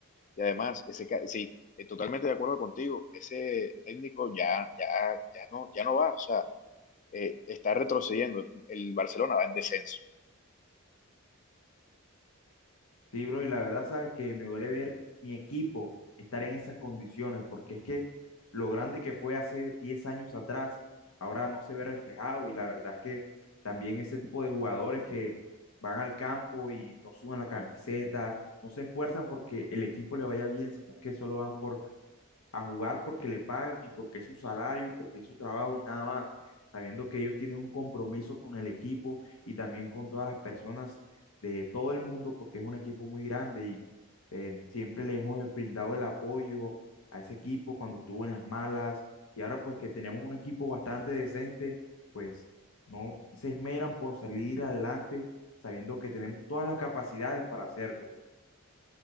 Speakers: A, on the left; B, on the left.
A: Y además, ese, ca- sí, eh, totalmente de acuerdo contigo, ese técnico ya, ya, ya no, ya no va, o sea, eh, está retrocediendo, el Barcelona va en descenso.
B: Sí, bro, y la verdad, sabes que me duele ver mi equipo estar en esas condiciones, porque es que lo grande que fue hace 10 años atrás, ahora no se ve reflejado, y la verdad es que también ese tipo de jugadores que van al campo y no sudan la camiseta, no se esfuerzan porque el equipo le vaya bien, sino que solo van por a jugar porque le pagan y porque es su salario y porque es su trabajo y nada más, sabiendo que ellos tienen un compromiso con el equipo y también con todas las personas de todo el mundo porque es un equipo muy grande y eh, siempre le hemos eh, brindado el apoyo a ese equipo cuando estuvo en las malas y ahora pues que tenemos un equipo bastante decente, pues no se esmeran por salir adelante sabiendo que tenemos todas las capacidades para hacerlo.